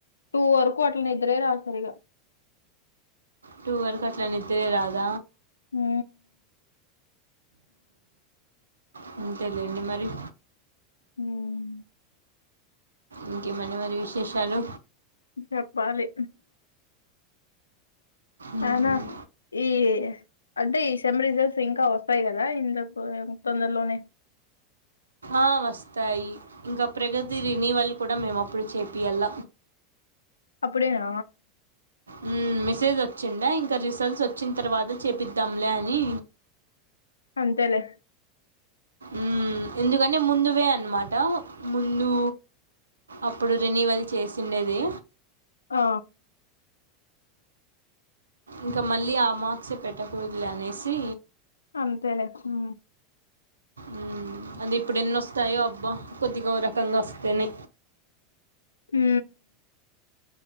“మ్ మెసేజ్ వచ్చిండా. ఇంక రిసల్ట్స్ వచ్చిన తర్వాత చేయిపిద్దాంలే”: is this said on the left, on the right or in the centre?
Right